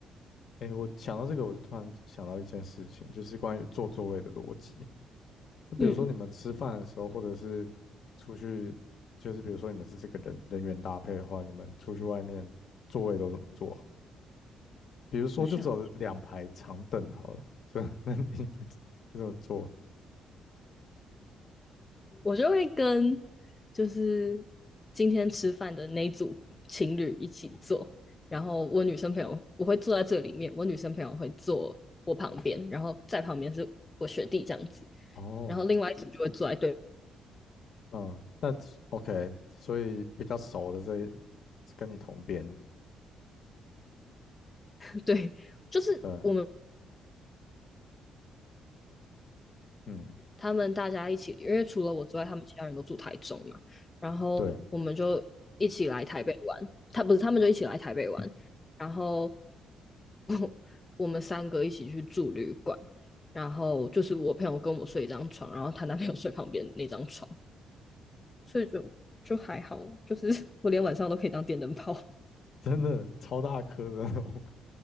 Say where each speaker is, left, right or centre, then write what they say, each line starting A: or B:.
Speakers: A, on the left (about 60°); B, on the left (about 25°).
A: 哎，我想到这个，我就突然想到一件事情，就是关于坐座位的逻辑。就比如说你们吃饭的时候，
B: 嗯，
A: 或者是出去，就是比如说你们是这个人人员搭配的话，你们出去外面座位都怎么坐啊比如说就只有两排长凳好了，
B: 我想
A: 这 <laughs> 那你会怎么坐？
B: 我就会跟就是今天吃饭的那一组情侣一起坐，然后我女生朋友我会坐在这里面，我女生朋友会坐我旁边，然后在旁边是我学弟这样子，
A: 哦，
B: 然后另外一组就会坐在对
A: 嗯，那 OK，所以比较熟的这跟你同边，
B: <laughs> 对，就是我们
A: 呃，嗯，
B: 他们大家一起，因为除了我之外，他们其他人都住台中嘛，然后我们就一起来台北玩。
A: 对，
B: 他不是，他们就一起来台北玩，然后 <laughs> 我们三个一起去住旅馆，然后就是我朋友跟我睡一张床，然后她男朋友睡旁边那张床，所以就就还好，就是 <laughs> 我连晚上都可以当电灯泡。
A: 真的超大颗的那种，